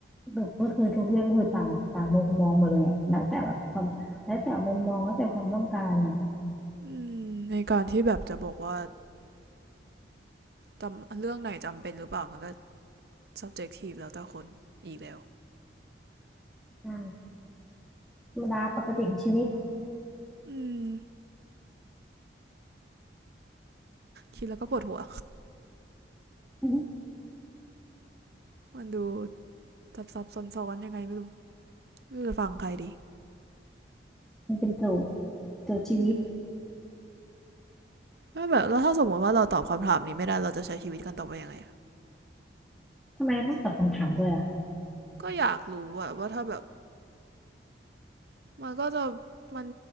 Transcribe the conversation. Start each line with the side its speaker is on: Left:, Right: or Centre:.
Centre: แบบก็คือทุกเรื่องคือต่างต่างมุมมองหมดเลยอะแล้วแต่แบบความแล้วแต่มุมมองแล้วแต่ความต้องการอ่ะ
Right: อืมในการที่แบบจะบอกว่าจำเรื่องไหนจำเป็นหรือเปล่ามันก็ subjective แล้วแต่คนอีกแล้ว
Centre: ใช่ธรรมดาปกติของชีวิต
Right: อืม คิดแล้วก็ปวดหัว
Centre: อือหื
Right: มันดูซับซับซ้อนซนๆยังไงไม่รู้ไม่รู้จะฟังใครดี
Centre: มันเป็นโจทย์โจทย์ชีวิต
Right: อืม แล้วแบบแล้วถ้าสมมติว่าเราตอบคำถามนี้ไม่ได้เราจะใช้ชีวิตกันต่อไปยังไง
Centre: ทำไมเราต้องตอบคำถามด้วยอ่ะ
Right: ก็อยากรู้ว่าว่าถ้าแบบมันก็จะมัน